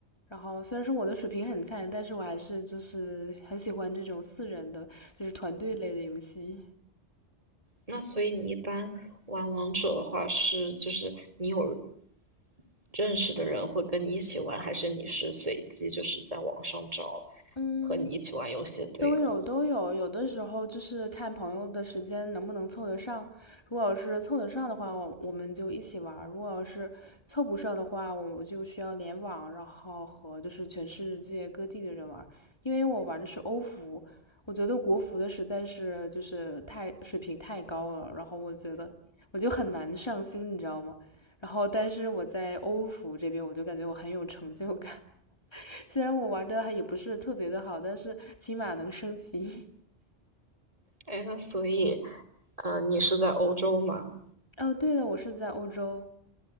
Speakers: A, on the left; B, on the right.
A: 然后虽然说我的水平很菜，但是我还是就是很喜欢这种四人的，就是团队类的游戏。
B: 那所以你一般玩王者的话是，就是你有认识的人会跟你一起玩，还是你是随机就是在网上找
A: 嗯，
B: 和你一起玩游戏的队友呢？
A: 都有都有，有的时候就是看朋友的时间能不能凑得上。如果要是凑得上的话，我我们就一起玩儿；如果要是凑不上的话，我我就需要联网，然后和就是全世界各地的人玩儿。因为我玩的是欧服，我觉得国服的实在是就是太水平太高了，然后我觉得我就很难上心，你知道吗？然后但是我在欧服这边，我就感觉我很有成就感。虽然我玩的还也不是特别的好，但是起码能升级。
B: 哎，那所以，呃，你是在欧洲吗？
A: 哦，对了，我是在欧洲。